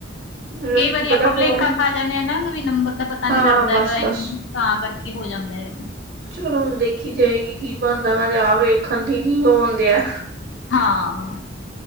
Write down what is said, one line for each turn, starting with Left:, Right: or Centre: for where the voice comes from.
Right: ਮੇਰਾ
Left: ਕਈ
Right: ਕੀ
Left: ਵਾਰੀ
Right: ਪਤਾ
Left: ਆਪਾਂ ਪਲੇਖਾ
Right: ਕਿਉਂ ਨਹੀਂ
Left: ਖਾ ਜਾਂਨੇ ਹਾਂ ਨਾ ਵੀ ਨੰਬਰ ਦਾ ਪਤਾ
Right: ਹਾਂ
Left: ਨੀ ਲੱਗਦਾ
Right: ਬਸ
Left: ਹੈਗਾ।
Right: ਬਸ
Left: ਤਾਂ ਕਰਕੇ ਹੋ ਜਾਂਦਾ ਹੈਗੇ।
Right: ਚਲੋ ਹੁਣ ਦੇਖੀ ਜਾਏਗੀ ਕੀ ਬਣਦਾ ਮੈਂ ਤੇ ਆਪ ਵੇਖਣ ਡਈ ਕੀ ਹੋਣ ਡੇਅ।
Left: ਹਾਂ